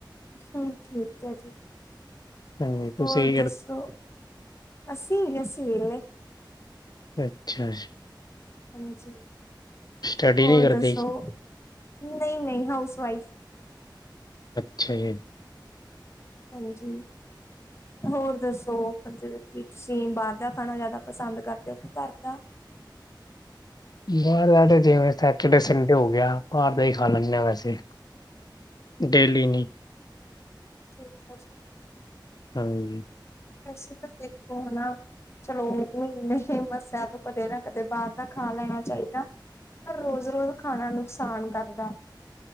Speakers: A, on the left (about 35°); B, on the left (about 55°).
A: ਹੂੰ ਠੀਕ ਹੈ ਜੀ
B: ਹਾਂਜੀ ਤੁਸੀਂ
A: ਹੋਰ
B: ਕੀ
A: ਦੱਸੋ?
B: ਕਰਦੇ?
A: ਹਸੀ-ਹਸੀ ਵੇਲੇੇ।
B: ਅੱਛਾ ਜੀ।
A: ਹਾਂਜੀ,
B: ਸਟੱਡੀ
A: ਹੋਰ
B: ਨਹੀਂ ਕਰਦੇ,
A: ਦੱਸੋ ਨਹੀਂ-ਨਹੀਂ ਹਾਊਸ ਵਾਈਫ।
B: ਅੱਛਾ ਜੀ।
A: ਹਾਂਜੀ। ਹੋਰ ਦੱਸੋ ਜਿ ਕਿ ਤੁਸੀਂ ਬਾਹਰ ਦਾ ਖਾਣਾ ਜ਼ਿਆਦਾ ਪਸੰਦ ਕਰਦੇ ਹੋ ਕਿ ਘਰ ਦਾ?
B: ਬਾਹਰ ਜਿਵੇਂ ਸੈਟਰਡੇ, ਸੰਡੇ ਹੋ ਗਿਆ ਬਾਹਰ ਦਾ ਹੀ ਖਾ ਲੈਂਦੇ ਹਾਂ ਵੈਸੇ। ਡੇਲੀ ਨੀ।
A: ਠੀਕ ਹਾ ਜੀ।
B: ਹਾਂਜੀ।
A: ਵੈਸੇ ਤਾਂ ਦੇਖੋ ਹੈਨਾ। ਚਲੋ ਦਸਿਆ ਤੂੰ ਕਦੇ ਨਾ ਕਦੇ ਬਾਹਰ ਦਾ ਖਾ ਲੈਣਾ ਚਾਹੀਦਾ। ਪਰ ਰੋਜ਼-ਰੋਜ਼ ਖਾਣਾ ਨੁਕਸਾਨ ਕਰਦਾ।